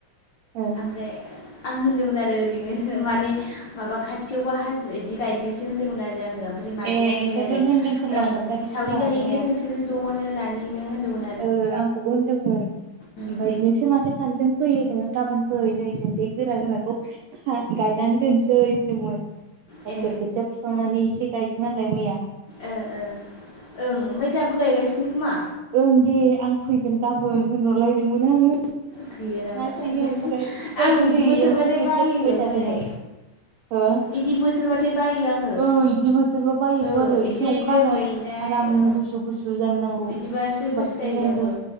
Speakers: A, on the right; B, on the left.
A: औ
B: <unintelligible> आं होनदोंमोन आरो ओरैनो माने माबा खाथियावबा हाजिरा बिदि गायनोसो होन्दोंमोन आरो आङो। ओमफ्राय मादैया
A: ए
B: होनबाय
A: ओंखायनोथ'
B: आरो
A: होनदों खोमा
B: ओ-
A: खोन्थादों
B: सावरि
A: खोमा
B: गाहैदो
A: आनैया
B: नोंसोरो ज'नो नानि नों होन्दोंमोन।
A: ओ-आंखौबो होनदोंमोन।
B: उम
A: ओमफफ्राय नोंसो माथो सानैजों फैयो नोङो गाबोन फै नै जों बे गोरा गोराखौ गायनानै दोनसै होनदोंमोन। गावसोर
B: ए
A: खोथिया फुखांनानै एसे गायदों नालाय मैया
B: ओ ओ ओं ओमफ्राय दाबो गायगासिनो खोमा?
A: ओं दे आं फैगोन गाबोन होनहरलायदोंमोन आङो
B: गैयो नामा
A: हारसिंनो
B: थांजायासै
A: ओमफ्राय दहायबो
B: आं बिदि
A: नै
B: बोथोरबाथाय
A: इयावसो खोथिया
B: बायो
A: फुबाय
B: ओमफ्राय
A: थादोंमोन हो
B: इदि बोथोरबाथाय बायो आङो
A: औ इदि बोथोरबा बायोथ'
B: ओं
A: आरो
B: एसे
A: अखा
B: दोमै
A: हानाय
B: <unintelligible>
A: आराम गुसु गुसु जानो नांगौ
B: बिदिबासो
A: होमबासो
B: गोसो
A: मोजां
B: जायो आंबो।